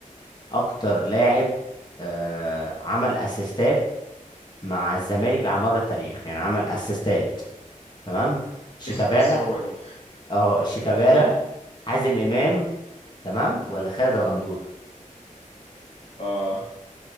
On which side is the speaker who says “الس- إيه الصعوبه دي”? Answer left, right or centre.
Left